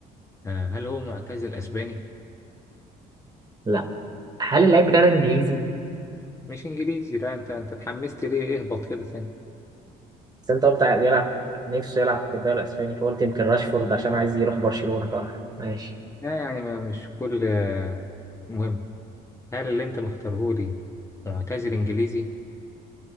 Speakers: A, on the left; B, on the right.
A: آه هل هو معتزل اسباني؟
B: لا هل اللعيب بتاعي ده إنجليزي؟
A: مش انجليزي لا انت انت اتحمست ليه اهبط كده ثاني
B: بس أنت قلت بيلعب نفسه يلعب في الدوري الأسباني فقلت يمكن راشفورد عشان عايز يروح برشلونة <laughs> ف ماشي
A: لا يعني ما مش كل مهم هل اللي انت مختاره لي معتزل انجليزي